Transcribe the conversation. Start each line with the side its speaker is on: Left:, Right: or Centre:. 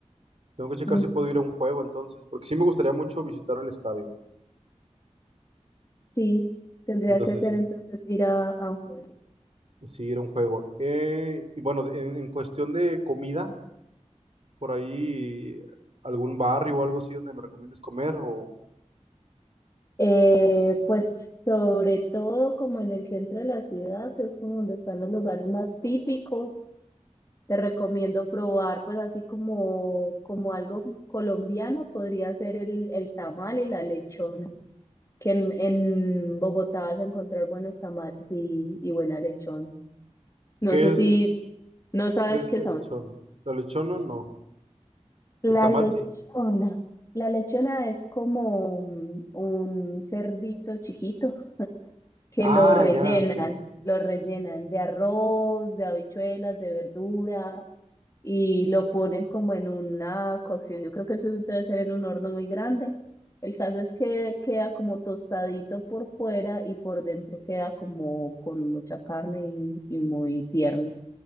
Right: Tengo que checar
Left: Ujú.
Right: si puedo ir a un juego entonces, porque sí me gustaría mucho visitar el estadio.
Left: Sí, tendría
Right: Entonces,
Left: que ser entonces ir a, a un juego.
Right: Sí, era un juego. Eh, y bueno, en, en cuestión de comida, por ahí algún barrio o algo así donde me recomiendes comer o
Left: Eh, pues sobre todo como en el centro de la ciudad, que es como donde están los lugares más típicos, te recomiendo probar pues así como, como algo colombiano, podría ser el, el tamal y la lechona, que en, en Bogotá vas a encontrar buenos tamales y, y buena lechona. No
Right: ¿qué
Left: sé
Right: es,
Left: si no sabes
Right: qué es
Left: qué
Right: la
Left: son.
Right: lechón? ¿La lechona no? El
Left: La
Right: tamal
Left: lechona.
Right: sí.
Left: La lechona es como mm, un cerdito chiquito. que
Right: Ah,
Left: lo rellenan,
Right: ya, sí.
Left: lo rellenan de arroz, de habichuelas, de verdura y lo ponen como en una cocción. Yo creo que eso debe ser en un horno muy grande. El caso es que queda como tostadito por fuera y por dentro queda como con mucha carne y, y muy tierno.